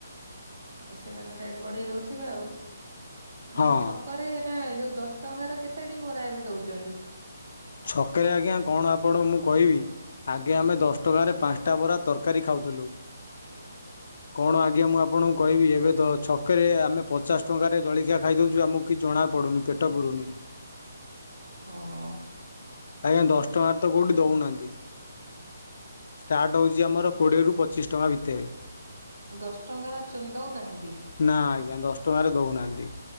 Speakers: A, on the right; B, on the left.
A: ତ ସେମାନେ ରେଟ୍ ବଢ଼େଇଦେଉଥିବେ ଆଉ।
B: ହଁ
A: ମାନେ ଛକରେ ଏଟା ଯୋଉ ଦଶ ଟଙ୍କାର କେତେଟି ବରା ଏବେ ଦଉଛନ୍ତି?
B: ଛକରେ ଆଜ୍ଞା କଣ ଆପଣ ମୁଁ କହିବି। ଆଗେ ଆମେ ଦଶ ଟଙ୍କାରେ ପାଞ୍ଚଟା ବରା ତରକାରୀ ଖାଉଥିଲୁ।
A: <inaudible>
B: କଣ ଆଜ୍ଞା ମୁଁ ଆପଣଙ୍କୁ କହିବି ଏବେ ତ ଛକେରେ ଆମେ ପଚାଶ ଟଙ୍କାରେ ଜଳଖିଆ ଖାଇଦେଉଛୁ ଆମକୁ କିଛି ଜଣାପଡ଼ୁନି ପେଟ ପୁରୁୁନି।
A: ହଁ।
B: ଆଜ୍ଞା ଦଶ ଟଙ୍କାରେ ତ କୋଉଠି ଦଉନାହାନ୍ତି। ଷ୍ଟାର୍ଟ ହଉଛି ଆମର କୋଡ଼ିଏରୁ ପଚିସି ଟଙ୍କା ଭିତରେ।
A: ଦଶ ଟଙ୍କାର ଚ ଦଉନାହାନ୍ତି?
B: ନା ଆଜ୍ଞା ଦଶ ଟଙ୍କାରେ ଦଉନାହାନ୍ତି।